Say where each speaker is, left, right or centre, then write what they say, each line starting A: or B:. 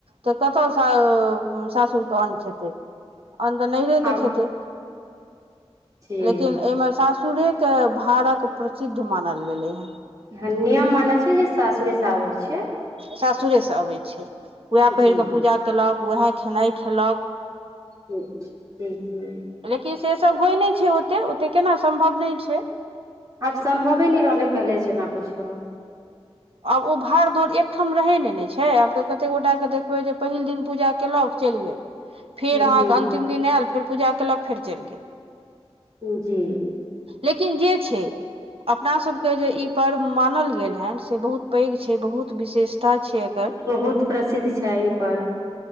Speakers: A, on the right; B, on the right.
A: तऽ कतसँ सासुरके अन्न खेतै अन्न तऽ नहिरे के
B: आब
A: खेतै
B: जी
A: लेकिन अय मे सासुरे के भारक प्रचिद्ध मानल गेलै ह
B: हनियम मानल छै जे सासुर से आबै छै
A: सासुरे से अबै छै उएह
B: जी
A: पहिर के पूजा केलक उएह खेनाइ खेलक
B: <unintelligible>
A: लेकिन से सभ होइ नहि छै ओते ओते केना सम्भव नय छै
B: आब सम्भवे नहि रहलै पहिले जेना कुछो
A: आब ओ भाड़ दौड़ एक ठाम रहै नय ने छै आब तऽ कते गोटाके देखबै जे पहिल दिन पूजा केलक चैल गेल फेर अहाँके
B: जी
A: अन्तिम दिन एल फेर पूजा केलक फेर चैल गेल
B: जी
A: लेकिन जे छै अपना सभके जे ई पर्व मानल गेल हेन से बहुत पैघ छै बहुत विशेषता छै एकर
B: बहुत प्रसिद्ध छै ई पर्व